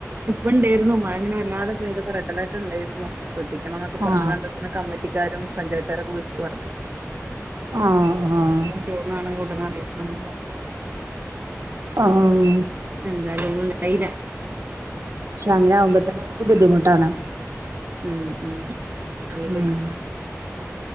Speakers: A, on the right; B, on the right.
A: ഇപ്പ ഇണ്ടേയിരുന്നു മഴങ്ങനെ വല്ലാതെപ്പോ ഇതതിപ്പോ റെഡ്ലർട്ട് ഉണ്ടായിരുന്നുോ ശ്രദ്ധിക്കണം ന്നൊക്ക പറഞ്ഞ്ങ്ങാണ്ട്
B: ആഹ്
A: വിട്ന്ന് കമ്മിറ്റിക്കാരും പഞ്ചായത്തുകാരൊക്കെ വിളിച്ചച്ച് പറഞ്ഞ്
B: ആഹ് ആഹ് ആഹ്
A: തോന്നാണെ ഉടനെ അറിക്കണം ന്നൊക്കെ പ
B: അ ആഹ്
A: പറഞ്ഞു എന്തായാലും <unintelligible>
B: ക്ഷെ അങ്ങനെ ആകുമ്പോ തന്നെ നമുക്ക് ബുദ്ധിമുട്ടാണ്
A: ഉം ഉം പേടിയാണ്
B: ഉം